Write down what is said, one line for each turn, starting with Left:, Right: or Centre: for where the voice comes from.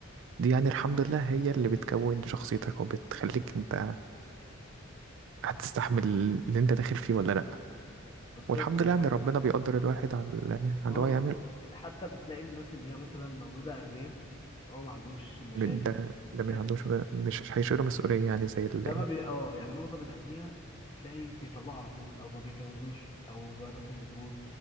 Right: دي يعني الحمد لله هي اللي بتكون شخصيتك وبتخليك انت هتستحمل اللي انت داخل فيه ولا لأ
Left: بالظبط
Right: والحمد
Left: يعني
Right: لله ان
Left: حتى
Right: ربنا بيقدر الواحد على ال- على اللي
Left: اه
Right: هو يعمل
Left: يعني حتى بتلاقي الناس اللي هي مثلا مولودة أغنياء اللي هو ما عندهمش مشاكل
Right: من ده ده
Left: ماديات
Right: من عنده، مش عندوش مش هيشيله مسؤولية يعني زي اللي
Left: ده ما بي اه يعني معظم الأغنياء بتلاقي بيطلعوا على طول أو ما بيتجوزوش أو جوازاتهم بتبوظ